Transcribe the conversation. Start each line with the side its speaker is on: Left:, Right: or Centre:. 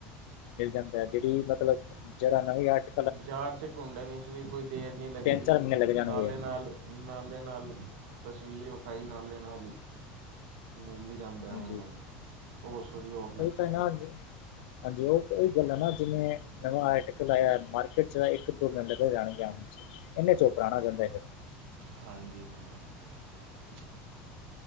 Left: ਮਿਲ ਜਾਂਦਾ ਹੈ ਜਿਹੜੀ ਮਤਲਬ ਜਿਹੜਾ ਨਵੀ ਆਰਟ
Right: ਬਜ਼ਾਰ 'ਚ ਢੂੰਡਣ ' ਵੀ ਕੋਈ ਦੇਰ ਨਹੀਂ ਲੱਗਦੀ
Left: ਤਿੰਨ-ਚਾਰ ਮਹੀਨੇ ਲੱਗ ਜਾਣਗੇ,
Right: ਨਾਲੇ ਨਾਲ ਨਾਲੇ ਨਾਲ ਤਸਵੀਰ ਵਿਖਾਈ ਨਾਲੇ ਨਾਲ ਹੀ ਮਿਲ ਵੀ ਜਾਂਦਾ ਹੈ
Left: ਹਾਂਜੀ
Right: ਔਨਲਾਈਨ ਹੋਸ਼ਰੀ ਹੋ
Left: ਉਹ ਤਾਂ ਨਾ, ਹਾਂਜੀ ਉਹ ਤਾਂ ਉਹੀ ਗੱਲ ਹੈ ਨਾ ਜਿਵੇਂ ਮ ਆ ਲਆ ਮਾਰਕੀਟ ਚ ਇੱਕ ਦੋ ਮਿੰਟ ਜਾਣਗੇ ਇਨੇ ਚੋ ਪੁਰਾਣਾ ਜਾਂਦਾ ਫ <unintelligible>
Right: ਹਾਂਜੀ- ਹਾਂਜੀ।